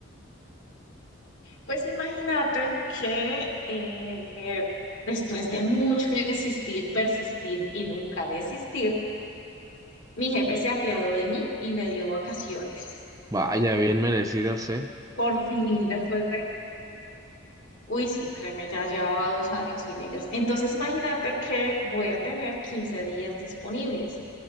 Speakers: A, on the left; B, on the right.
A: Pues imagínate que eh, eh, después de mucho insistir, persistir y nunca desistir, mi jefe se apiadó de mí y me dio vacaciones.
B: Vaya, bien merecidas, ¿eh?
A: Por fin, después de, uy, sí, créeme, ya llevaba dos años sin ellas. Entonces imagínate que voy a tener 15 días disponibles.